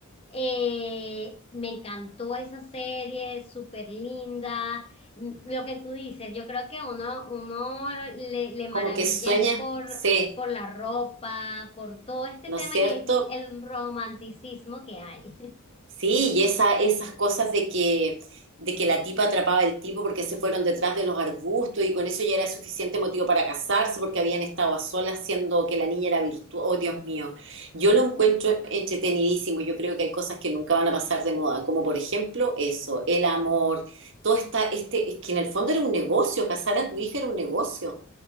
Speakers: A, on the left; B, on the right.
A: Eh, me encantó esa serie, súper linda. M- Lo que tú dices, yo creo que uno, uno le, le maravilla
B: como que sueña,
A: es por,
B: sí.
A: por la ropa, por todo este
B: ¿No
A: tema
B: es cierto?
A: y el, el romanticismo que hay.
B: Sí, y esa, esas cosas de que, de que la tipa atrapaba al tipo porque se fueron detrás de los arbustos y con eso ya era suficiente motivo para casarse porque habían estado a solas siendo que la niña era virtuosa. Oh, Dios mío, yo lo
A: <laughs>
B: encuentro entretenidísimo. Yo creo que hay cosas que nunca van a pasar de moda, como por ejemplo eso, el amor, todo está, este, es que en el fondo era un negocio, casar a tu hija era un negocio,